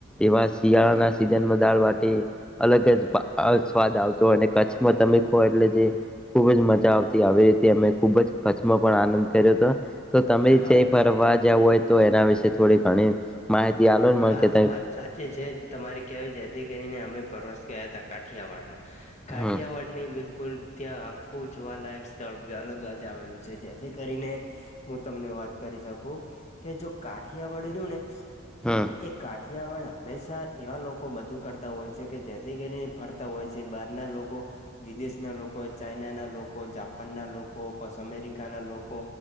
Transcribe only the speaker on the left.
હા
હા
વાત સાચી છે તમારી જેથી કરીને અમે પરવાસ ગયા હતા કાઠિયાવાડમાં
કાઠિયાવાડ ને બિલકુલ ત્યાં આખું જોવાલાયક સ્થળ અલગ જ આવેલું છે જેથી કરીને હું તમને વાત કરી શકું કે જો કાઠિયાવાડ રયુ ને
એ કાઠિયાવાડ હંમેશા એવા લોકો બધું કરતા હોય છે કે જેથી કરીને ફરતા હોય છે બહારના લોકો વિદેશ ના લોકો ચાઈના ના લોકો જાપાન ના લોકો પસ અમેરિકા ના લોકો